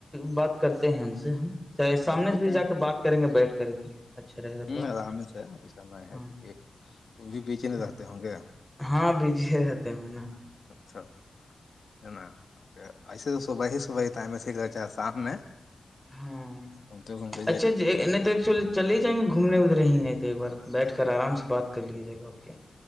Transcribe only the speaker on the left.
کوئی
ٹائم
ہ آرام سے ویسا نہیں ہے
کیونکہ وہ بھی بیچےنے
رہتے ہوں گے
اچھا <unintelligible> ہے نا ایسے تو صبح ہی صبح ہی ٹائم میں سیکھ چاہ شام میں
ہم تو ہ <unintelligible>